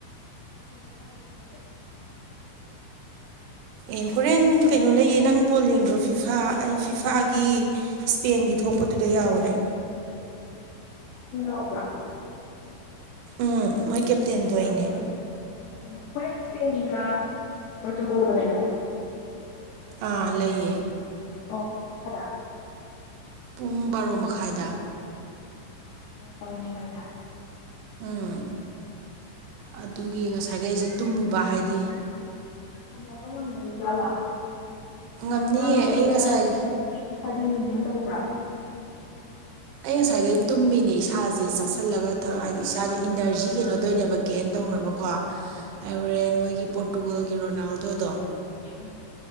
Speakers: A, on the left; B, on the right.
A: ꯎꯝ ꯀꯥꯖꯝꯗ
B: ꯑꯦ ꯍꯣꯔꯦꯟ ꯀꯩꯅꯣ ꯂꯩꯌꯦ ꯅꯪ ꯕꯣꯜ ꯌꯦꯡꯗ꯭ꯔꯣ ꯐꯤꯐꯥ ꯑꯩ ꯐꯤꯐꯥꯒꯤ ꯏꯁꯄꯦꯟꯒꯤ ꯊꯣꯛ ꯊꯣꯛꯄꯗꯨꯗ ꯌꯥꯎꯔꯦ
A: ꯑꯣꯣꯕ꯭ꯔ
B: ꯎꯝ ꯃꯣꯏ ꯀꯦꯞꯇꯦꯟꯗꯣ ꯑꯩꯅꯦ
A: <inaudible> ꯑꯣ ꯐꯁꯄꯤꯒ ꯃꯇ ꯍꯗꯅꯤꯒ
B: ꯑꯥ ꯂꯩꯌꯦ
A: ꯑꯣ ꯀꯥꯗ
B: ꯄꯨꯡ ꯕꯥꯔꯣ ꯃꯈꯥꯏꯗ
A: ꯑꯣ ꯃꯈ ꯐꯥꯏꯗ
B: ꯎꯝ ꯑꯗꯨꯒꯤ ꯉꯁꯥꯏꯒꯤ ꯑꯩꯁꯦ ꯇꯨꯝꯃꯨꯕ ꯍꯥꯏꯗꯤ
A: ꯁꯥꯟꯅꯕ ꯉꯝꯗꯣꯔꯤ ꯖꯥꯠꯂꯥ
B: ꯉꯝꯅꯤꯌꯦ
A: ꯍꯛꯆꯥꯡꯗꯣ
B: ꯑꯩ
A: ꯈꯔ
B: ꯉꯁꯥꯏ
A: ꯑꯗꯨ ꯁꯥꯖꯟ ꯔꯅ ꯄꯕ
B: ꯑꯩ ꯉꯁꯥꯏꯈꯩ ꯇꯨꯝꯃꯤꯅꯦ ꯏꯁꯥꯁꯦ ꯆꯥꯥꯁꯜꯂꯒ ꯊꯛ ꯍꯥꯏꯗꯤ ꯏꯁꯥꯥꯁꯦ ꯏꯅꯔꯖꯤ ꯀꯩꯅꯣꯗꯣꯏꯅꯦꯕ ꯒꯦꯟ ꯇꯧꯅꯕꯀꯣ ꯑꯩ ꯍꯣꯔꯦꯟ ꯃꯣꯏꯒꯤ ꯄꯣꯔꯇꯨꯒꯜꯒꯤ ꯔꯣꯅꯥꯜꯗꯣꯗꯣ
A: ꯑ